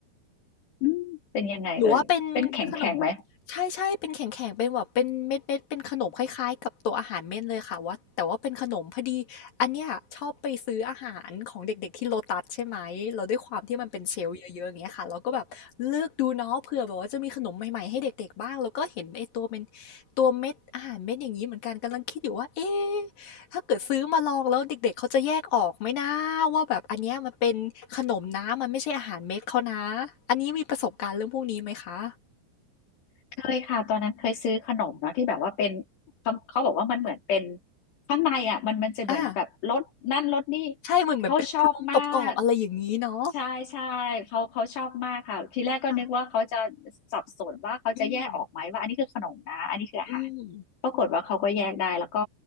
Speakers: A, on the left; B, on the left.
A: อืมเป็นยังไงเอ่ยเป็นแข็งแข็งไหม
B: หรือว่าเป็นขนมใช่ๆเป็นแข็งๆเป็นแบบเป็นเม็ดเม็ดเป็นขนมคล้ายๆกับตัวอาหารเม่นเลยค่ะว่าแต่ว่าเป็นขนมพอดีอันเนี้ยชอบไปซื้ออาหารของเด็กๆที่โ o t u s ใช่ไหมเราด้วยความที่มันเป็นเชลล์เยอะๆอย่างเงี้ยค่ะเราก็แบบเลือกดูเนาะเผื่อแบบว่าจะมีขนมใหม่ๆให้เด็กๆบ้างแล้วก็เห็นไอ้ตัวเป็นตัวเม็ดอาหารเม็ดอย่างนี้เหมือนกันกำลังคิดอยู่ว่าเอ๊ะ ถ้าเกิดซื้อมาลองแล้วเด็กๆเขาจะแยกออกไหมนะว่าแบบอันเนี้ยมันเป็นขนมนะมันไม่ใช่อาหารเม็ดเขานะอันนี้มีประสบการณ์เรื่องพวกนี้ไหมคะ
A: เคยค่ะตอนนั้นเคยซื้อขนมเนาะที่แบบว่าเป็นเขาเขาบอกว่ามันเหมือนเป็นข้างในอ่ะมันมันจะเหมือนแบบรสนั่นรสนี่
B: อาใช่เหมือนเหมือนเป็นโพรงกรอบๆอะไรอย่างงี้เนาะ
A: เขาชอบมากใช่ใช่เขาเขาชอบมากค่ะทีแรกก็นึกว่าเขาจะ
B: ค่ะ
A: สับสนว่าเขาจะแยกออกไหมว่าอันนี้คือขนมนะอันนี้คืออาหาร
B: อืมอืม
A: ปรากฏว่าเขาก็แยกได้แล้วก็